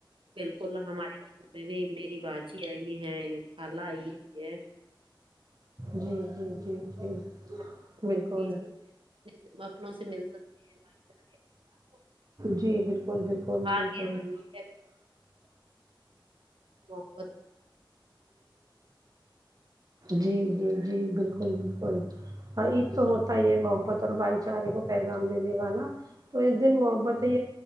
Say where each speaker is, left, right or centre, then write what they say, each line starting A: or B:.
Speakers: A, on the right; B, on the right.
A: بلکل ہمارے گھر میں بھی میری باجی آئی ہے کھالہ آئی ہے
B: جی جی جی جی
A: جہاں آپ لوگ
B: بلکل
A: بیچ میں اپنے اپنوں سے مل سکتے ہیں بھائی چارے تو ہمارا
B: جی بلکل بلکل
A: تیوہار
B: بلکل
A: کہتا یہ ہے موحبت
B: جی جی جی بلکل بلکل ہ عید تو
A: اور
B: ہوتا ہی ہے محبت اور بھائی چارے کو پیغام دینے والا تو اس دن محبت ہی